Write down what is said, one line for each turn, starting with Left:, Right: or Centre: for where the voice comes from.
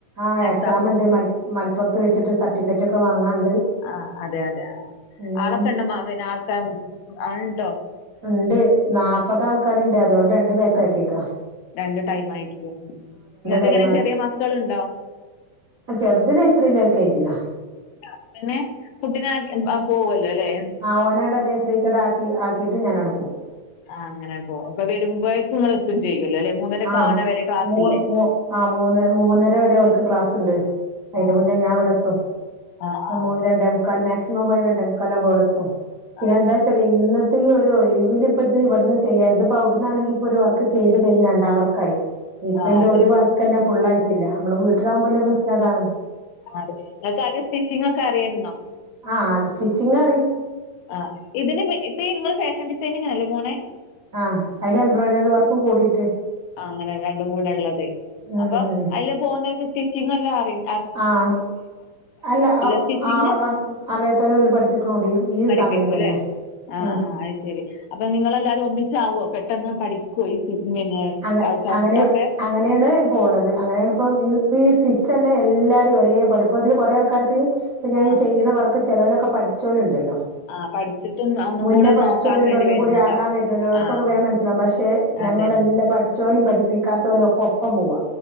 Right: ആഹ്
Left: എക്സാമോ
Right: എക്സാമ്ണ്ട് മെ മൽപ്പൊർത്ത് വെച്ചിട്ട് സർട്ടിഫിറ്റൊക്കെ വാങ്ങാണ്ട്
Left: ആഹ് അതെയതെ
Right: ഉം
Left: ആളൊക്കണ്ട മാ പിന്നെ ആൾക്കാ ഉ ആൾണ്ടോ
Right: ണ്ട് നാപ്പതാൾക്കാര്ണ്ട് അതോണ്ട് രണ്ട് ബാച്ചാക്കീക്കാ
Left: ആഹ് രണ്ട് ടൈമായിരിക്കും ഇങ്ങക്കെങ്ങന
Right: ടൈം
Left: ചെറിയ മക്കള്ണ്ടോ
Right: അ ചെർത് നഴ്സറീല് എൽ കെ ജിയിലാ
Left: അപ്പ പിന്നെ കുട്ടിനെ ആക്കി അ പോവു അല്ലോലെ
Right: ആ ഓനാടെ നഴ്സറിക്കടാക്കി ആക്കിട്ട് ഞാന അവിടെ പോവും
Left: ആ അങ്ങനെ പോ അപ്പൊ വരുമ്പോയേക്കുങ്ങള് എത്തും ചെയ്യുല്ലോ അല്ലെ മൂന്നരക്കാവണ
Right: ആ
Left: വരെ ക്ലാസ്സില്ലേ
Right: മൂ മൂ ആ മൂന്ന് മൂന്നര വരെ ഓൽക്ക് ക്ലാസ്ണ്ട് അയിന്റെ
Left: ആഹ്
Right: മുന്നേ ഞാൻ ഇവിടെത്തും
Left: ആഹ്
Right: ഞ
Left: ആഹ്
Right: മൂ രണ്ടേമു ക്കാല് മാക്സിമം പോയാല് രണ്ടേമുക്കാലാവുമ്പൊ ഇവിടെത്തും പിന്നെന്താ
Left: ആഹ് അതെ
Right: വെച്ചാല് ഇന്ന് ഇതീയൊരു ഒഴിവിലിപ്പത് ഇവിട്ന്ന് ചെയ്യാ ഇതിപ്പ അവിടന്നാണെങ്കി ഇപ്പൊരു വർക്ക് ചെയ്ത് കഴിഞ്ഞ് രണ്ട് രണ്ടാവർക്കായി ഇപ്പന്റെ
Left: ആഹ് അതെ
Right: ഒരു വർക്കന്നെ ഫുള്ളായിട്ടില്ല അമ്മള് വീട്ടിലാകുമ്പോല്ല പ്രശ്നം അതാണ്
Left: അതെ നിങ്ങൾക്കാദ്യം സ്റ്റിച്ചിങ്ങൊക്കെ അറിയേര്ന്നോ
Right: ആ അത് സ്റ്റിച്ചിങ്ങറിയും
Left: ആ ഇതിന് മു ഇപ്പീ ഇങ്ങള് ഫാഷൻ ഡിസൈനിങിനല്ലേ പോണേ
Right: ആഹ് അയിലെബ്രോയിഡറി വർക്കും കൂടിയിട്ട്
Left: ആഹ് അങ്ങനെ രണ്ടും കൂടെ ഉള്ളത്
Right: ഉം
Left: അപ്പൊ
Right: ഉം
Left: അയിലെ പോകുനോർക്ക് സ്റ്റിച്ചിങ് എല്ലാം അറിയും
Right: ആഹ് അല്ല അവ്
Left: സ്റ്റിച്ചിങ്
Right: ആ അടു അറിയാത്തോലെ ഓര് പഠിപ്പിക്കും <unintelligible> ഈ
Left: പഠിപ്പിക്കൂല്ലേ
Right: സമയം തന്നെ
Left: ആഹ്
Right: ഉം
Left: ആഹ് അയ്ശെരി അപ്പൊ നിങ്ങളെല്ലാവാരും ഒന്നിച്ചാവോ പെട്ടെന്ന് പഠിക്കുവോ ഈ <unintelligible> പിന്നെ
Right: അങ്ങ
Left: ക ചവിട്ടൊക്കെ
Right: അങ്ങനെ അങ്ങനെയാണ് പോണത് അങ്ങനെയാണ് ഇപ്പം ഈ സ്റ്റിച്ച് തന്നെ എല്ലാരും ഒരേപോലെ ഇപ്പം ഇതില് കുറെ ആൾക്കാര് ക്കാർക്ക് ഇപ്പം ഞാനി
Left: ആഹ്
Right: ചെയ്യണ വർക്ക് ചെലോലൊക്കെ പഠിച്ചോൽ ഉണ്ടല്ലോ
Left: ആഹ് പഠിച്ചിട്ടും ഒന്നും
Right: മുന്നേ
Left: കൂടെ
Right: പഠിച്ചോൽ
Left: നോക്കാൻ
Right: ഉണ്ട്
Left: വേണ്ടി
Right: ഒന്നും
Left: വരുന്നുണ്ടാവും
Right: കൂടി ആകാൻ വരുന്നവര് ഓൽക്കൊക്കെ
Left: ആഹ്
Right: വേവം മനസ്സിലാകും പക്ഷെ ഞങ്ങളെല്ലാം
Left: അതന്നെ
Right: പഠിച്ചോലും പഠിപ്പിക്കാത്തോലും ഒക്കെ ഒപ്പം പോവാ